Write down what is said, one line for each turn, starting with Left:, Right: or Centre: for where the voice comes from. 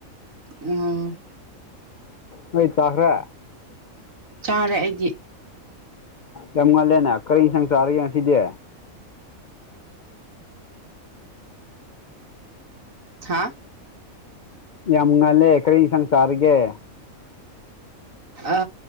Right: ꯎꯝ
Left: ꯍꯣꯏ ꯆꯥꯈ꯭ꯔꯦ
Right: ꯆꯥꯔꯦ ꯑꯩꯗꯤ
Left: ꯌꯥꯝ ꯉꯜꯂꯦꯅꯦ ꯀꯔꯤ ꯏꯟꯁꯥꯡ ꯆꯥꯔꯒꯦ ꯉꯁꯤꯗꯤ
Right: ꯍꯥ
Left: ꯌꯥꯝ ꯉꯜꯂꯦ ꯀꯔꯤ ꯌꯦꯟꯁꯥꯡ ꯆꯥꯔꯒꯦ
Right: ꯑ